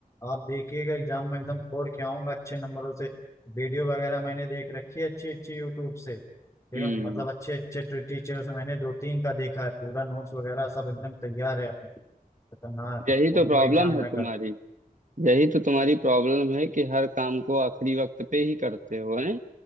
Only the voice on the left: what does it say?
आप देखिएगा एग्जाम में एकदम फोड़ के आऊंगा अच्छे नंबरों से वीडियो वगैरह मैंने देख रखी है अच्छी अच्छी यूट्यूब से ठीक
है मतलब अच्छे अच्छे टीचरों से मैंने दो तीन का देखा है पूरा नोट्स वगैरह सब एकदम तैयार है खतरनाक
फोड़ूंगा
एग्जाम
में
कल